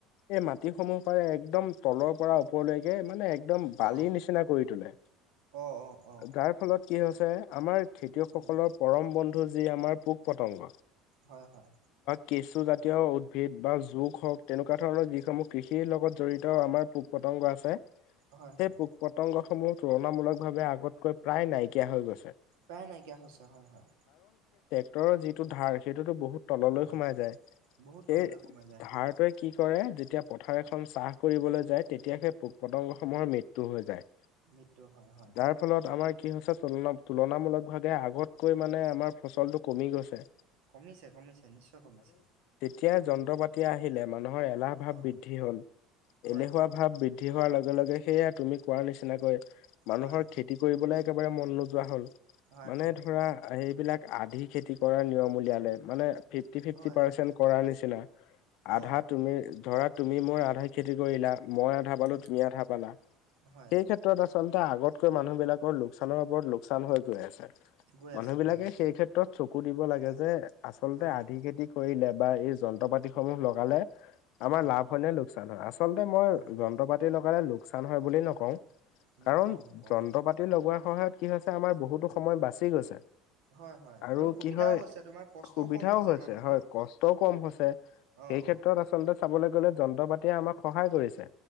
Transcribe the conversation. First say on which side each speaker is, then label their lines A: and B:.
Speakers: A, on the left; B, on the right.
A: এই মাটিসমূহ পাৰে একদম তলৰ পৰা ওপৰলৈকে মানে এগ একদম বালিৰ
B: অ'
A: নিচিনা কৰি তোলে।
B: অ' অ' অ'
A: যাৰ ফলত কি হৈছে আমাৰ খেতিয়কসকলৰ
B: উম,
A: পৰম বন্ধু যি আমাৰ পোক-পতংগ।
B: হয়, হয়।
A: কেঁচুজাতীয় উদ্ভিদ বা জোক হওক তেনেকুৱা ধৰণৰ যিসমূহ কৃষিৰ লগত জড়িত আমাৰ পোক পতং অংগ আছে।
B: হয়
A: সেই
B: হয়
A: পোক-পতংগসমূহ তুলনামূলকভাৱে আগতকৈ প্ৰায় নাইকিয়া হৈ গৈছে।
B: প্ৰায় নাইকিয়া হৈছে। হয়। হয়।
A: -টৰৰ যিটো ঢাৰ সেইটোতো বহু তললৈ
B: হয়
A: সোমাই যায়, সেই
B: বহুত তললৈ সোমাই যায়
A: ঢাৰটোৱে
B: হয়
A: কি কৰে। যেতিয়া পথাৰ এখন চাহ কৰিবলৈ যায় তেতিয়া সেই পোক-পতঙ্গসমূহৰ মৃত্যু হৈ যায়।
B: মৃত্যু হয়। হয়।
A: যাৰ ফলত আমাৰ কি হৈছে তুলনা তুলনামূলকভাৱে আগতকৈ মানে আমাৰ ফচলটো কমি গৈছে।
B: কমিছে, কমিছে। নিশ্চয় কমিছে।
A: এতিয়া যন্ত্ৰপাতি আহিলে মানুহৰ এলাহ ভাৱ
B: অ
A: বৃদ্ধি হ'ল।
B: হয়
A: এলেহুৱা
B: হয়
A: ভাৱ বৃদ -দ্ধি হোৱাৰ লগে লগে সেয়া তুমি কোৱাৰ নিচিনাকৈ মানুহৰ
B: হয়
A: খেতি কৰিবলৈ একেবাৰে মন নোযোৱা হ'ল।
B: হয়
A: মানে
B: হয়
A: ধৰা এইবিলাক আধি খেতি কৰাৰ নিয়ম উলিয়ালে মানে ফিফটি-ফিফটি
B: হয়
A: পাৰচেন্ট
B: হয়
A: কৰাৰ নিচিনা, আধা
B: অ
A: তুমি ধৰা তুমি মোৰ আধাই খেতি কৰিলা, মই আধা পালো।
B: উম
A: তুমি আধা পালা।
B: হয়
A: সেই ক্ষেত্ৰত আছ আচলতে আগতকৈ মানুহ বিলাকৰ লোকচানৰ ওপৰত লোকচান হৈ গৈ আছে।
B: গৈ
A: মানুহ
B: আছে।
A: বিলাকে
B: গৈ আছে।
A: সেই ক্ষেত্ৰত চকু দিব লাগে যে আচলতে
B: হয়
A: আধি খেতি কৰিলে বা এই যন্ত্ৰপাতিসমূহ লগালে আমাৰ
B: অ
A: লাভ হয়নে লোকচান হয়, আচলতে মই
B: হয়
A: যন্ত্ৰ- পাতি লগালে লোকচান হয় বুলি নকওঁ।
B: নকওঁ
A: কাৰণ
B: নকওঁ
A: যন্ত্ৰ-
B: হয়
A: পাতি লগোৱাৰ সহায়ত কি হৈছে আমাৰ বহুতো সময় বাচি গৈছে।
B: হয় হয়
A: আৰু
B: সুবিধাও
A: কি হয়,
B: হৈছে তোমাৰ কষ্টও
A: সুবিধাও
B: কম
A: হৈছে।
B: মানুহৰ
A: হয়, কষ্টও কম হৈছ সেই
B: অ
A: ক্ষেত্ৰত
B: অ
A: আচলতে চাবলৈ গলে যন্ত্ৰ-পাতিয়ে আমাক সহায় কৰিছে।